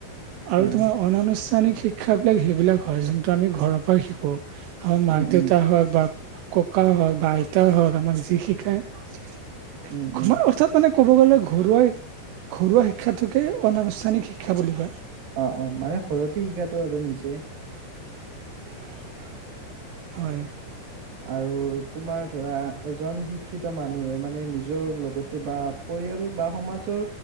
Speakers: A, on the right; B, on the right.
A: আৰু
B: হয়
A: তোমাৰ
B: হয়
A: অনানুষ্ঠানিক শিক্ষা বিলাক সেইবিলাক হয়, যোনটো আমি ঘৰৰ পৰা শিকো। অ মাক-দেউতা
B: উম উম
A: হয় বা ককা হওক বা আইতাই হওক আমাক যি শিকায়মাৰ
B: উম উম
A: অৰ্থাৎ মানে। ক'ব গ'লে ঘৰুৱা ঘৰুৱা শিক্ষা আনুষ্ঠানিক শিক্ষা বুলি কয়।
B: অঁ অঁ মানে সৰুতে শিকাটো আৰু নিজে।
A: <inaudible> হয়
B: আৰু তোমাৰ ধৰা এজন শিক্ষিত মানুহে মানে নিজৰ লগতে বা পৰিয়াল বা সমাজৰ